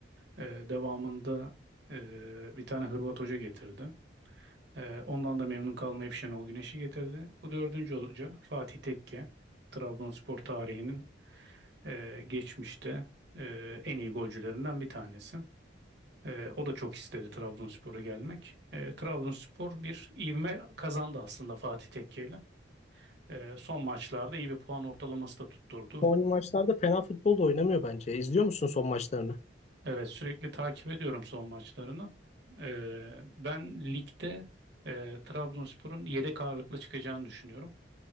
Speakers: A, on the right; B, on the left.
A: Ee, devamında e, bir tane Hırvat hoca getirdi. Ee, ondan da memnun kalmayıp Şenol Güneş'i getirdi. Bu dördüncü hoca Fatih Tekke. Trabzonspor tarihinin e, geçmişte e, en iyi golcülerinden bir tanesi. Ee, o da çok istedi Trabzonspor'a gelmek. Ee, Trabzonspor bir ivme kazandı aslında Fatih Tekke ee, son maçlarda iyi bir puan ortalaması da tutturdu.
B: Son maçlarda fena futbol da oynamıyor bence. İzliyor musun son maçlarını?
A: Evet sürekli takip ediyorum son maçlarını. Ee, ben ligde e, Trabzonspor'un yedek ağırlıklı çıkacağını düşünüyorum.